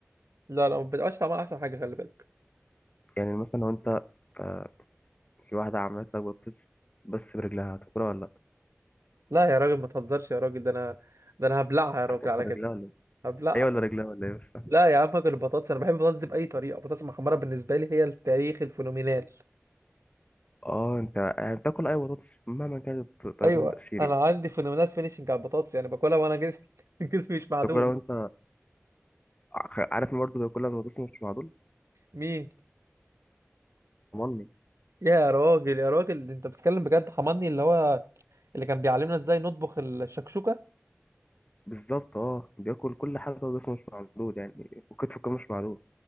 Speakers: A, on the right; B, on the left.
A: لا لا ما بتبقاش طعمها احسن حاجة خلي بالك
B: يعني مثلا لو أنت آه في واحدة عملت لك بطاطس بس برجلها هتاكلها ولا لأ؟
A: لا يا راجل ما تهزرش يا راجل ده انا ده انا هبلعها يا راجل
B: هتاكل
A: على
B: رجلها
A: كده
B: ولا إيه؟
A: هبلعها
B: هي ولا رجلها ولا إيه؟ مش فاهم.
A: لا يا عم فاكر البطاطس انا بحب البطاطس دي بأي طريقة البطاطس المحمرة بالنسبة لي هي التاريخ الفينومينال
B: آه أنت يعني بتاكل أي بطاطس مهما كانت طريقة
A: ايوه
B: التقشير
A: انا
B: يعني
A: عندي فينومينال فينيشنج على البطاطس يعني باكلها وانا جسمي <laughs> جسمي مش معدول
B: بتاكلها وأنت آه، عارف إن برضه بياكلها من بطاطس مش معدول؟
A: مين
B: حرمني
A: يا راجل يا راجل انت بتتكلم بجد حماني اللي هو اللي كان بيعلمنا ازاي نطبخ الشكشوكة
B: بالظبط اه بياكل كل حاجة وجسمه مش معدود يعني وكتفه كمان مش معدود